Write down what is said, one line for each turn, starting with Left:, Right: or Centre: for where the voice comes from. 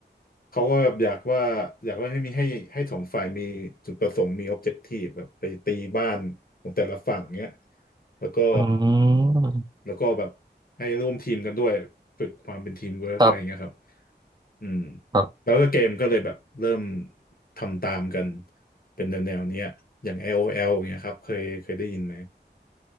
Left: เขาก็แบบอยากว่าอยากว่าให้มีให้ให้สองฝ่ายมีจุดประสงค์มี o b อบเจกตีแบบไปตีบ้านของแต่ละฝั่งเนี้ยแล้วก็
Right: อืม
Left: แล้วก็แบบให้ร่วมทีมกันด้วยฝึกความเป็นทีมเวิร์กอะไรเงี้ยครับ
Right: ครับ
Left: อืม
Right: ครับ
Left: แล้วก็เกมก็เลยแบบเริ่มทำตามกันเป็นแนวแนวเนี้ยอย่าง LOL เงี้ยครับเคยเคยได้ยินไหม